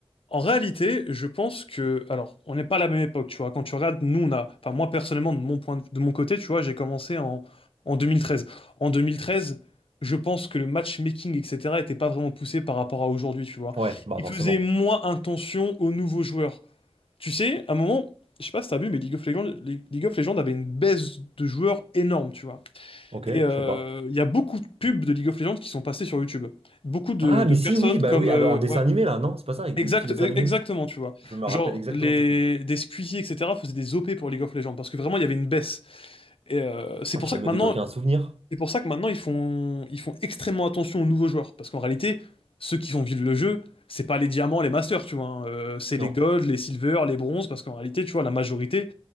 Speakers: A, on the left; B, on the right.
A: En réalité, je pense que, alors, on n'est pas à la même époque, tu vois. Quand tu regardes, nous, on a, enfin, moi, personnellement, de mon point de, de mon côté, tu vois, j'ai commencé en, en 2013. En 2013, je pense que le matchmaking, etc., était pas vraiment poussé par rapport à aujourd'hui, tu vois.
B: Ouais, bah
A: Il
B: forcément.
A: faisait moins attention aux nouveaux joueurs. Tu sais, à un moment, je sais pas si t'as vu, mais League of Legends, League of Legends avait une baisse de joueurs énorme, tu vois.
B: Ok,
A: Et euh,
B: je sais pas.
A: il y a beaucoup de pubs de League of Legends qui sont passées sur YouTube. Beaucoup de,
B: Ah,
A: de
B: mais
A: personnes
B: si, oui, bah
A: comme,
B: oui,
A: euh,
B: avec- en dessin
A: ouais,
B: animé là, non? C'est pas ça, avec
A: Exact,
B: des petits dessins
A: e-
B: animés.
A: exactement, tu vois.
B: Je me
A: Genre,
B: rappelle exactement
A: les,
B: de ces pubs.
A: des Squeezie, etc., faisaient des OP pour League of Legends, parce que vraiment, il y avait une baisse. Et euh, c'est
B: Ah,
A: pour
B: tu
A: ça
B: viens
A: que
B: de me
A: maintenant,
B: débloquer un souvenir?
A: c'est pour ça que maintenant, ils font, ils font extrêmement attention aux nouveaux joueurs. Parce qu'en réalité, ceux qui font vivre le jeu, c'est pas les diamants, les masters, tu vois. hein. Euh, c'est
B: Non.
A: les golds, les silver, les bronzes, parce qu'en réalité, tu vois, la majorité,